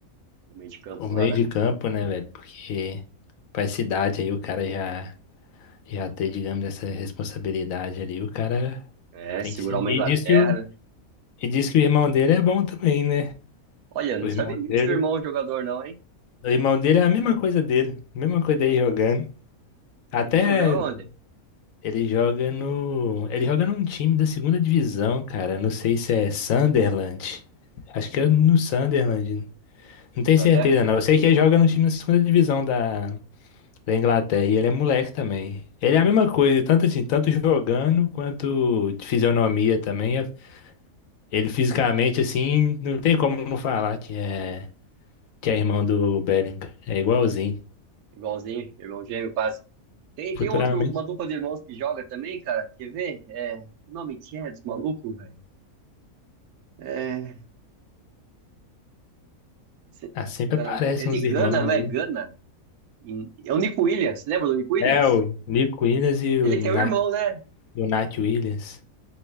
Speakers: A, on the right; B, on the left.
A: O meio de campo
B: o meio
A: lá, né?
B: de campo, né, velho? Porque pra essa idade aí o cara já, já ter, digamos, essa responsabilidade ali, o cara
A: É,
B: tem
A: segurar
B: que ser. E
A: uma Inglaterra,
B: diz que o,
A: né?
B: e diz que o irmão dele é bom também, né?
A: Olha, não
B: O irmão
A: sabia que ele
B: dele.
A: tinha um irmão jogador, não, hein?
B: O irmão dele é a mesma coisa dele, mesma coisa dele jogando. Até
A: É mesmo? Joga onde?
B: ele joga no. Ele joga num time da segunda divisão, cara. Não sei se é Sunderland. Acho que é no Sunderland. Não
A: Na
B: tenho
A: Inglaterra?
B: certeza, não. Eu sei que ele joga no time da segunda divisão da, da Inglaterra. E ele é moleque também. Ele é a mesma coisa, tanto assim, tanto jogando quanto de fisionomia também. É- Ele fisicamente, assim, não tem como não falar que é, que é irmão do Bellingham. É igualzinho.
A: Igualzinho, irmão gêmeo, quase. Tem, tem
B: Futuramente.
A: outro, uma dupla de irmãos que joga também, cara. Quer ver? É. Que nome que é dos malucos, velho? É. se-
B: Ah, sempre
A: puta,
B: aparecem
A: é de
B: uns
A: Gana,
B: irmãos
A: não é
B: aí.
A: Gana? In- É o Nico Williams, lembra do Nico Williams?
B: É, o Nico Williams e
A: Ele
B: o Nat,
A: tem um irmão, né?
B: e o Nat Williams.